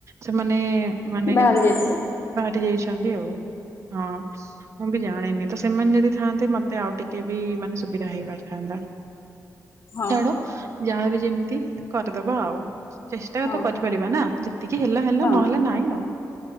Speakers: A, on the right (about 50°); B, on the left (about 55°).
A: ସେମାନେ ମାନେ
B: ବାହାରେ ଯାଇଥିବେ
A: ବାହାରି ଯାଇଛନ୍ତି ଆଉ। ହଁ ମୁଁ ବି ଜାଣିନି ତ ସେମାନେ ଯଦି ଥାନ୍ତେ ମତେ ଆଉ ଟିକେ ବି ମାନେ ସୁବିଧା ହେଇପାରିଥାନ୍ତା।
B: ହଁ
A: ଛାଡ ଯାହାବି ଯେମିତି କରିଦେବା ଆଉ, ଚେଷ୍ଟା
B: ହଁ
A: ତ କରି କରିବା ନା ଯେତିକି ହେଲା ହେଲା
B: ହଁ
A: ନହେଲେ ନାଇଁ ଆଉ